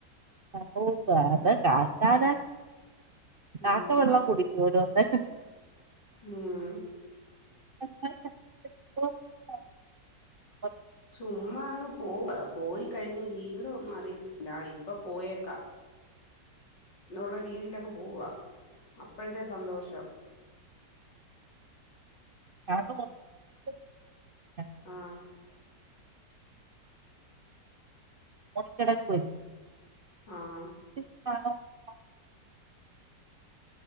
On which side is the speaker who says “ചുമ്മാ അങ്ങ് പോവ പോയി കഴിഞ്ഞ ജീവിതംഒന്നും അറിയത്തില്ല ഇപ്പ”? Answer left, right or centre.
Left